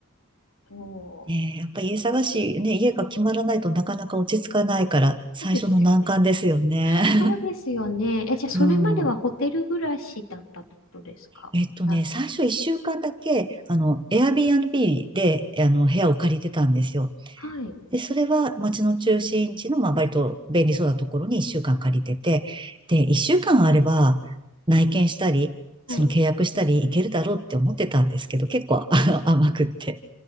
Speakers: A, on the left; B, on the right.
A: と。そ
B: ねえ、やっぱ家探し、ね、家が決まらないとなかなか落ち着かないから、最初の難関ですよね。
A: うですよね。
B: <laughs>
A: そうですよね。え、じゃあ、それまではホテル暮らしだったってことですかあ、
B: うん。えっとね、最初一週間だけ、あの、Airbnb で、あの、部屋を借りてたんですよ。
A: はい。
B: で、それは街の中心地の、まあ、割と便利そうなところに一週間借りてて、
A: うん
B: で、一週間あれば、内見したり、
A: はい。
B: その契約したり、いけるだろうって思ってたんですけど、結構 <laughs> あの甘くって。